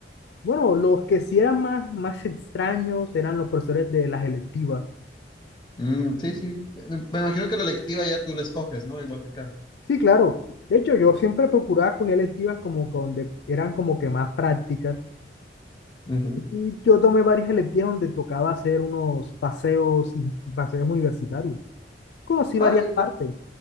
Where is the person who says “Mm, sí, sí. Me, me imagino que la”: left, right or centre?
Left